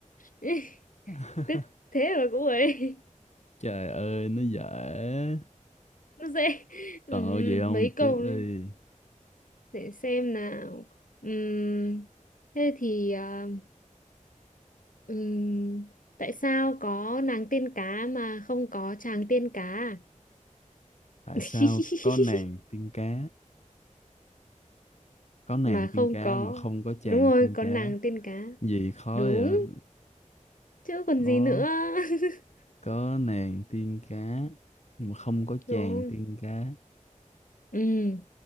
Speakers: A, on the left (about 80°); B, on the left (about 55°).
A: <laughs>
B: <laughs>
A: Tức thế mà cũng ấy. <laughs>
B: trời ơi nó dễ
A: Nó dễ. Ừm,
B: còn ơi gì không
A: mấy câu
B: tiếp đi
A: nữa. để xem nào. Ừm, thế thì à, Ừm, tại sao có nàng tiên cá mà không có chàng tiên cá à?
B: tại
A: <laughs>
B: sao có nàng tiên cá có nàng
A: mà
B: tiên
A: không
B: cá
A: có
B: mà không có chàng
A: đúng rồi
B: tiên
A: có
B: cá
A: nàng tiên cá
B: gì khó
A: đúng
B: vậy
A: chứ còn
B: có
A: gì nữa <laughs>
B: có nàng tiên cá nhưng mà không có chàng
A: đúng không
B: tiên cá
A: ừ